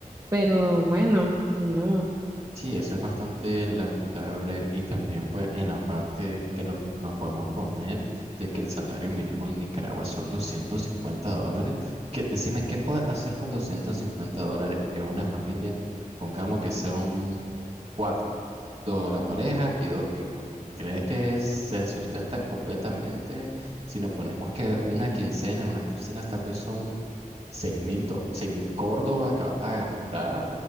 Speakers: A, on the right; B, on the right.
A: Pero bueno, ni modo.
B: Sí, eso es bastante lamentable y también pues en la parte que lo- nos podemos poner de que el salario mínimo en Nicaragua son 250 dólares, que decime, ¿qué puede hacer con 250 dólares en una familia? Pongamos que sea Cuatro, dos la pareja y dos hijos. ¿Crees que se sustentan completamente? Si nos ponemos que una quincena, una quincena tal vez son seis mil do- seis mil Córdoba que vas a gastar,